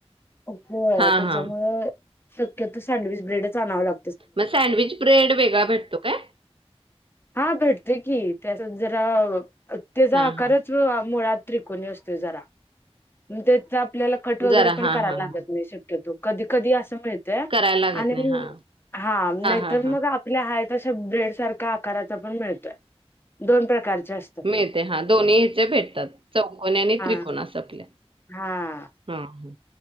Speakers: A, on the left (about 20°); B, on the right (about 55°).
A: होतं
B: हा
A: त्याच्यामुळे?
B: हा
A: शक्यतो सँडविच ब्रेडच आणावं लाग
B: मग सँडविच ब्रेड वेगळा भेटतो काय?
A: हा, भेटतोय की त्यास, जरा त्याचा
B: हा
A: आकार
B: हा
A: मुळात त्रिकोणी असतोय, जरा ते <inaudible> आपल्याला कट वगैरे
B: जरा
A: पण
B: हा
A: करायला
B: हा
A: लागत
B: हा
A: नाही, शक्यतो, कधी-कधी असं मिळ त्या
B: करायला लागत
A: आणि
B: नाही हा
A: हा नाहीतर
B: हा हा
A: मग आपल्या आहे तशा ब्रेड आकाराचं पण मिळतोय, दोन प्रकारच्या अस
B: मिळते हा, दोन्ही ह्याच्या भेटतात, चौकोनी आणि
A: हा
B: त्रिकोनी असं आपल्या
A: हा
B: हा, हा...